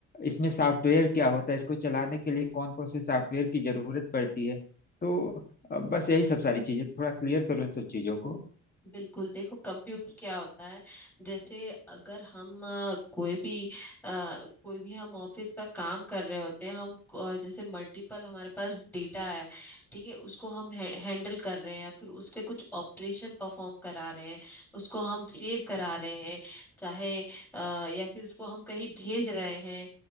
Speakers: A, on the left (about 30°); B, in the centre.
A: इसमें सॉफ्टवेयर क्या होता है इसको चलाने के लिए कौन कौन से सॉफ्टवेयर की जरूरत पड़ती है तो अ, बस यही सब सारी चीजें थोड़ा क्लियर करो इन सब चीजों को
B: बिल्कुल देखो कंप्यूटर क्या होता है जैसे अगर हम अ, कोई भी अ, कोई भी हम ऑफिस का काम कर रहे होते हैं हम अ, जैसे मल्टीपल हमारे पास डेटा है ठीक है उसको हम है, हैंडल कर रहे हैं या फिर उस पे कुछ ऑपरेशन परफॉर्म करा रहे हैं उसको हम सेव करा रहे हैं चाहे अ, या फिर उसको हम कहीं भेज रहे हैं